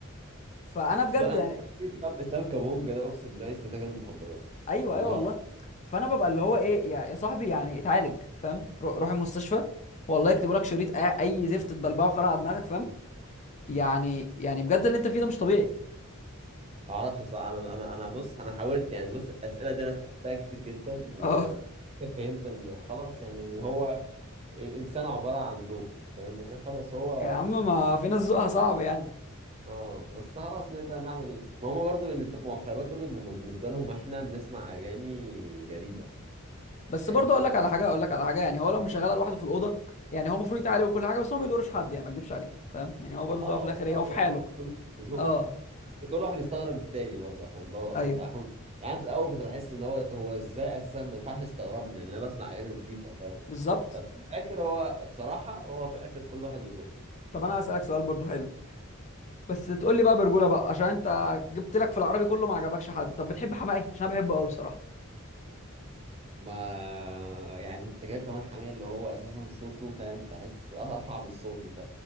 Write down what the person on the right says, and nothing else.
لا انا
اسلام اسلام كابونجا ده اقسم بالله اسم تاجر مخدرات
والله
ما اعرفش بصراحه انا انا انا بص انا حاولت يعني بص الاسئله دي انا سالتها كتير جدا وفهمت
<laughs> ان خلاص يعني إن هو الانسان عباره عن ذوق فاهم يعني خلاص هو
اه بس خلاص نقدر نعمل ايه ما هما برضه بالنسبه ما هو خلي بالك برضه هما بالنسبه لهم احنا بنسمع اغاني غريبه
فاهم
اه
خلاص
هو
كله كله ذوقه
بس كل واحد بيستغرب التاني برضه عشان برضه اكون
صح اكون يعني أنا في الاول كنت بحس ان هو هو ازاي اساسا ما ينفعش يستغربني لان انا بسمع اغاني نظيفه فاهم
بس في الاخر هو بصراحه هو في الاخر كل واحد وذوقه
ما يعني انت جايب كمان حماية اللي هو اساسا صوته فاهم تحس ارفع من صوتي ف